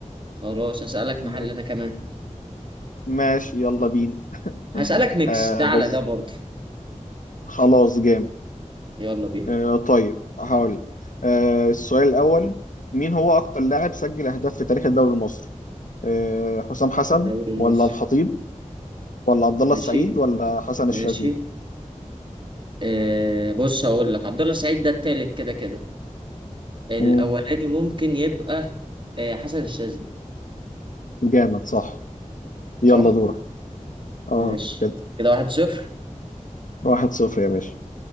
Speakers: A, on the right; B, on the left.
A: خلاص هسالك محل
B: م-
A: انا كمان
B: ماشي يلا بينا <laughs>
A: هسالك ميكس
B: آه
A: ده
B: بص
A: على ده برضو
B: خلاص جامد
A: يلا بينا
B: آه طيب هقول لك آه السؤال الأول مين هو أكتر لاعب سجل أهداف في تاريخ الدوري المصري؟ آه حسام حسن
A: الدوري المصري
B: ولا الخطيب ولا عبد الله
A: ماشي
B: السعيد ولا حسن
A: ماشي
B: الشاذلي؟
A: آه، بص هقول لك عبد الله السعيد ده التالت كده كده الاولاني
B: مم،
A: ممكن يبقى آه، حسن الشاذلي
B: جامد صح يلا
A: صح
B: دورك اه
A: ماشي
B: كده
A: كده واحد صفر
B: واحد صفر يا باشا